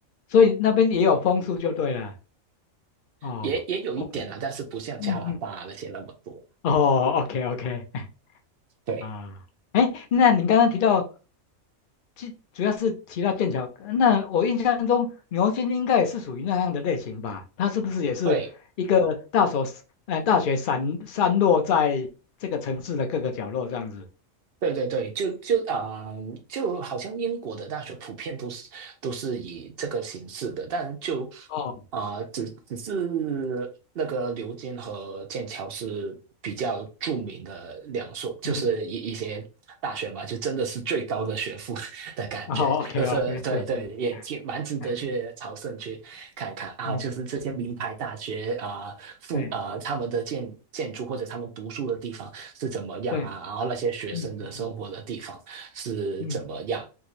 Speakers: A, on the left (about 50°); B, on the right (about 55°).
A: 所以那边也有枫树就对了，哦，
B: 也也有一点啦，
A: 枫树，
B: 但是不像加拿大那些那么多。
A: 嗯嗯，哦，OK，OK，<laughs>
B: 对
A: 啊，哎，那您刚刚提到，主主要是提到剑桥，那我印象中牛津应该也是属于那样的类型吧？它是不是也是一个大所，
B: 对，
A: 呃，大学散散落在这个城市的各个角落这样子？
B: 对对对，就就啊、呃就好像英国的大学普遍都是都是以这个形式的，但就
A: 哦，
B: 啊、呃只只是那个牛津和剑桥是比较著名的两所，就是一一些大学嘛，
A: 嗯
B: 就真的是最高的学府 <laughs> 的感觉，
A: <laughs> 哦，OK
B: 就是对对，
A: 哦 OK，是是，
B: 也挺蛮值得去朝圣去看看啊，
A: 哎哎，嗯嗯，
B: 就是这些名牌大学啊、呃附啊、
A: 对
B: 呃他们的建建筑或者他们读书的地方。是怎么样啊，
A: 对，
B: 然后那些学生的生活的地方是怎么样
A: 嗯嗯嗯嗯